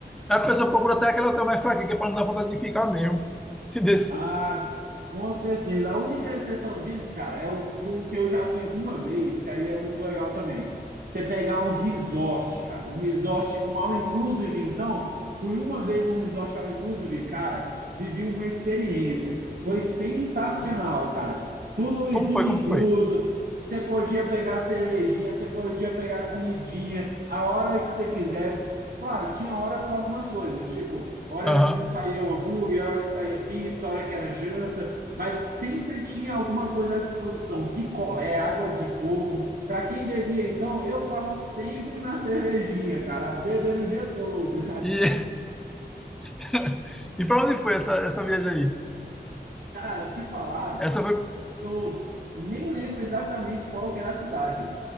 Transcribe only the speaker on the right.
Ah, com certeza. A única exceção disso, cara, é o que o que eu já fiz uma vez, que aí é muito legal também. Você pegar um resort, cara, um resort com all inclusive, então, fui uma vez um resort all inclusive, cara, vivi uma experiência. Foi sensacional, cara. Tudo
tudo
incluso.
Você podia pegar cervejinha, você podia pegar comidinha, a hora que você quisesse. Claro, tinha horas para algumas coisas, tipo horas
que saía um hambúrguer, hora que saía pizza, hora que era janta, mas sempre tinha alguma coisa à disposição, picolé, água de coco. Para quem bebia, então, eu tava sempre na cervejinha, cara, bebendo o dia todo.
Cara, te falar,
eu nem lembro exatamente qual que era a cidade,